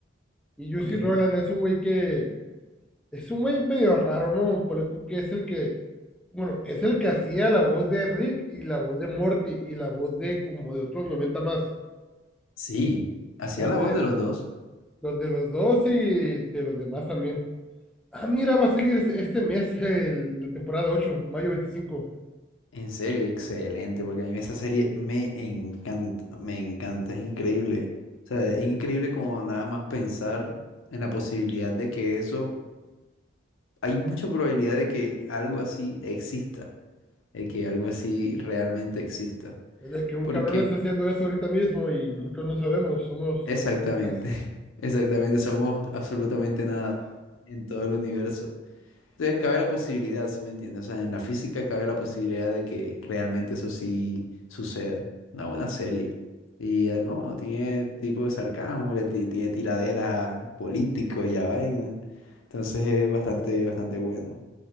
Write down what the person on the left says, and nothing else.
ok,
ok.
Sí, hacía
la voz de los dos.
En serio, excelente, porque a mí esa serie me encanta, me encanta, es increíble. O sea, es increíble como nada más pensar en la posibilidad de que eso, hay mucha probabilidad de que algo así exista. de que algo así realmente exista.
Porque
exactamente,
<laughs> exactamente, somos absolutamente nada en todo el universo. Entonces cabe la posibilidad, si me entiendes? O sea, en la física cabe la posibilidad de que realmente eso sí suceda. Una buena serie. Y además, bueno, tiene tipo de sarcasmo, le ti- tiene tiraderas a políticos y a vaina. Entonces es bastante, bastante bueno.